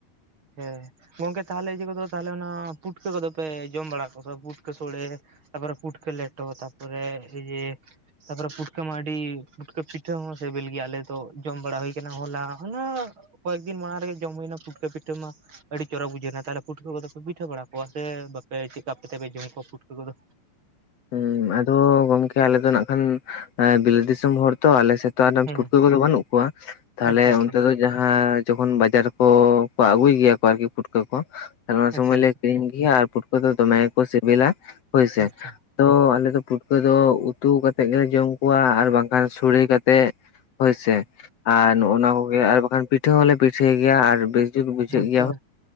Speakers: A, on the right; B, on the left.
A: ᱦᱮᱸ ᱜᱚᱝᱠᱮ ᱛᱟᱦᱚᱞᱮ ᱤᱭᱟᱹ ᱠᱚᱫᱚ ᱛᱟᱦᱚᱞᱮ ᱚᱱᱟ ᱯᱩᱴᱠᱟᱹ ᱠᱚᱫᱚ ᱯᱮ ᱡᱚᱢ ᱵᱟᱲᱟ ᱠᱚ ᱯᱩᱴᱠᱟᱹ ᱥᱚᱲᱮ ᱛᱟᱨᱯᱚᱨᱮ ᱯᱩᱴᱠᱟᱹ ᱞᱮᱴᱚ ᱛᱟᱨᱯᱚᱨᱮ ᱤᱭᱟᱹ ᱛᱟᱨᱯᱚᱨ ᱯᱷᱩᱴᱠᱟᱹ ᱢᱟ ᱟᱹᱰᱤ ᱯᱷᱩᱴᱠᱟᱹ ᱯᱤᱴᱷᱟᱹ ᱦᱚᱸ ᱥᱮᱵᱮᱞ ᱟᱞᱮ ᱛᱚ ᱡᱚᱢ ᱵᱟᱲᱟ ᱦᱩᱭ ᱟᱠᱟᱱᱟ ᱦᱚᱞᱟ ᱚᱱᱟ ᱠᱚᱭᱮᱠ ᱫᱤᱱ ᱢᱟᱲᱟᱝ ᱨᱮᱜᱮ ᱡᱚᱢ ᱦᱩᱭᱮᱱᱟ ᱯᱷᱩᱴᱠᱟᱹ ᱯᱤᱴᱷᱟᱹ ᱢᱟ ᱟᱹᱰᱤ ᱪᱚᱨᱚᱠ ᱵᱩᱡᱷᱟᱹᱣᱮᱱᱟ ᱛᱟᱦᱞᱮ ᱯᱩᱴᱠᱟᱹ ᱫᱚᱯᱮ ᱯᱤᱴᱷᱟᱹ ᱵᱟᱲᱟ ᱠᱚᱣᱟ ᱥᱮ ᱵᱟᱯᱮ ᱪᱮᱠᱟ ᱠᱟᱛᱮᱯᱮ ᱡᱚᱢ ᱠᱚᱣᱟ ᱯᱩᱴᱠᱟᱹ ᱠᱚᱫᱚ
B: ᱦᱮᱸ ᱟᱫᱚ ᱜᱚᱝᱠᱮ ᱟᱞᱮ ᱫᱚ ᱱᱟᱜ ᱠᱷᱟᱱ ᱵᱤᱞᱟᱹᱛ ᱫᱤᱥᱚᱢ ᱦᱚᱲ ᱛᱚ ᱟᱞᱮ ᱥᱮᱫ ᱛᱟᱦᱚᱞᱮ
A: ᱦᱮᱸ
B: ᱯᱩᱴᱠᱟᱹ ᱠᱚᱫᱚ ᱵᱟᱹᱱᱩᱜ ᱠᱚᱣᱟ ᱛᱟᱦᱚᱞᱮ
A: ᱟᱪᱪᱷᱟ ᱟᱪᱪᱷᱟ
B: ᱚᱱᱛᱮ ᱫᱚ ᱡᱟᱦᱟᱸ ᱡᱚᱠᱷᱚᱱ ᱵᱟᱡᱟᱨ ᱨᱮᱠᱚ ᱠᱚ ᱟᱹᱜᱩᱭ ᱜᱮᱭᱟ ᱠᱚ ᱟᱨᱠᱤ ᱯᱩᱴᱠᱟᱹ ᱠᱚ ᱚᱱᱟ ᱥᱚᱢᱚᱭ
A: ᱟᱪᱪᱷᱟ
B: ᱞᱮ ᱛᱦᱮᱱ <unintelligible> ᱜᱮᱭᱟ ᱟᱨ ᱯᱩᱴᱠᱟᱹ ᱫᱚ ᱫᱚᱢᱮ ᱜᱮᱠᱚ ᱥᱮᱵᱮᱞᱟ ᱦᱳᱭ ᱥᱮ
A: ᱟᱪᱪᱷᱟ
B: ᱫᱚ ᱟᱞᱮ ᱫᱚ ᱯᱩᱴᱠᱟᱹ ᱫᱚ ᱩᱛᱩ ᱠᱟᱛᱼᱼ ᱛᱮᱫ ᱜᱮᱞᱮ ᱡᱚᱢ ᱠᱚᱣᱟ ᱟᱨ ᱵᱟᱝᱠᱷᱟᱱ ᱥᱳᱲᱮ ᱠᱟᱛᱮᱫ ᱦᱳᱭᱥᱮ ᱟᱨ ᱱᱚᱜᱼᱚ ᱱᱚᱣᱟ ᱠᱚᱜᱮ ᱟᱨ ᱵᱟᱠᱷᱟᱱ ᱯᱤᱴᱷᱟᱹ ᱦᱚᱸᱞᱮ ᱯᱤᱴᱷᱟᱹᱭ ᱜᱮᱭᱟ ᱟᱨ ᱵᱮᱥᱼᱼ <unintelligible> ᱵᱩᱡᱷᱟᱹᱜ
A: ᱟᱪᱪᱷᱟ
B: ᱜᱮᱭᱟ